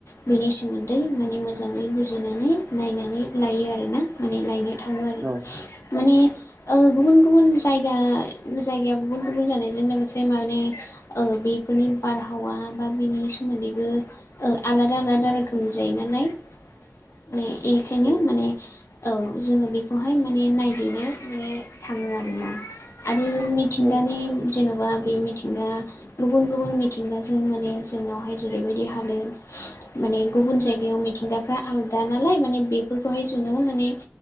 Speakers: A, on the left (about 70°); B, on the right (about 45°).
A: बेनि सोमोन्दै माने मोजाङै बुजिनानै नायनानै लायो आरोना माने नायनो थाङो आरो
B: औ
A: माने गुबुन गुबुन जायगा जायगाया गुबुन गुबुन जानायजों लोगोसे माने बेफोरनि बारहावा बा बेनि सोमोन्दैबो आलादा आलादा रोखोमनि जायो नालाय म बेखायनो
B: औ
A: माने औ जोङो बेखौहाय माने नायहैनो माने थाङो आरोना आरो मिथिंगानि
B: औ
A: जेन'बा बे मिथिंगा गुबुन गुबुन मिथिंगाजों माने जोंनावहाय जेरैबायदि हालोर माने गुबुन जायगायाव मि थिंगाफ्रा आलदा नालाय माने बेफोरखौहाय जोङो माने